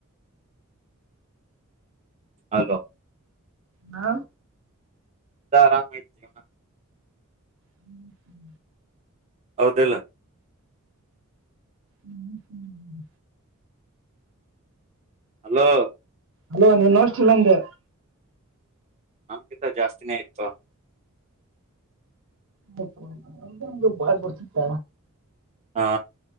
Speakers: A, on the right; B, on the right.
A: ಹಲೋ
B: ಹಾ
A: ನಿಮ್ಮದೇ ಆರಾಮಿತಿ ಜೀವನ
B: ಹ್ಮ್ ಹ್ಮ
A: ಹೌದಿಲ್
B: ಹ್ಮ್ ಹ್ಮ್
A: ಹಲೋ
B: ಅಲೋ ನೀನು ಅಷ್ಟ ಇಲ್ಲಂದೆ
A: ನಮ್ಕಿತ ಜಾಸ್ತಿನೇ ಇತ್ತು
B: ಬ ಬಡ್ತ
A: ಹಾ